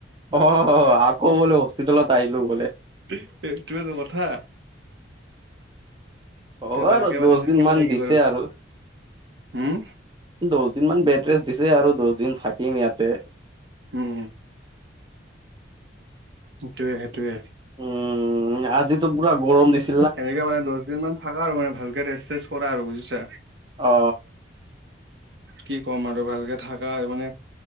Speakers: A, on the right; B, on the right.
A: অ', আকৌ বোলে হস্পিটলত আহিলো বোলে
B: এ সেইটোৱেইটো কথা
A: অ',
B: ভালকে
A: আৰু দহ
B: মানে থাকিব
A: দিন মান
B: লাগিব
A: দিছে আৰু
B: উম,
A: দহ দিন মান বেড ৰেষ্ট দিছে আৰু দহ দিন থাকিম ইয়াতে
B: উম, সেইটোয়ে সেইটোয়ে
A: উম আজিতো পুৰা গৰম দিছে
B: সেনেকে মানে দহ দিন মান থাকা আৰু মানে ভালকে ৰেষ্ট চেষ্ট কৰা আৰু বুজিছা
A: অ
B: কি ক'ম আৰু ভালকে থাকা মানে